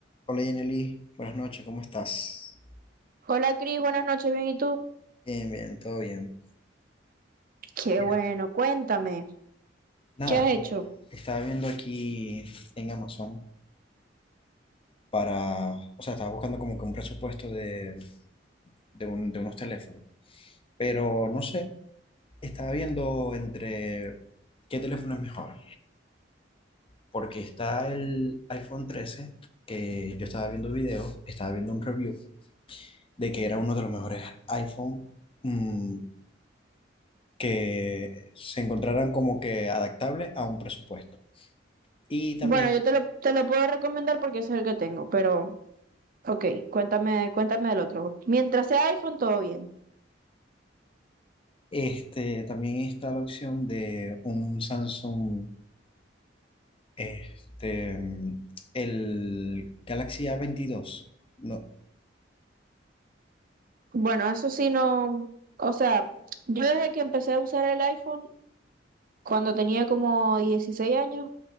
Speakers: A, on the left (about 30°); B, on the right (about 50°).
A: Hola Yeneli, buenas noches, ¿cómo estás?
B: Hola Cris, buenas noches, bien, ¿y tú?
A: Bien, bien, todo bien.
B: Qué
A: Bien.
B: bueno, cuéntame,
A: Nada,
B: ¿qué has hecho?
A: estaba viendo aquí en Amazon para, o sea, estaba buscando como que un presupuesto de, de, un- de unos teléfonos, pero no sé, estaba viendo entre qué teléfono es mejor, porque está el iPhone trece que yo estaba viendo videos, estaba viendo un review de que era uno de los mejores iPhone mm, que se encontraran como que adaptable a un presupuesto. Y también,
B: Bueno, yo te lo, te lo puedo recomendar porque ese es el que tengo, pero ok, cuéntame, cuéntame del otro. Mientras sea iPhone, todo bien.
A: este, también está la opción de un Samsung, este, el Galaxy a veintidós No,
B: Bueno, eso sí no, o sea, yo desde que empecé a usar el iPhone, cuando tenía como 16 años,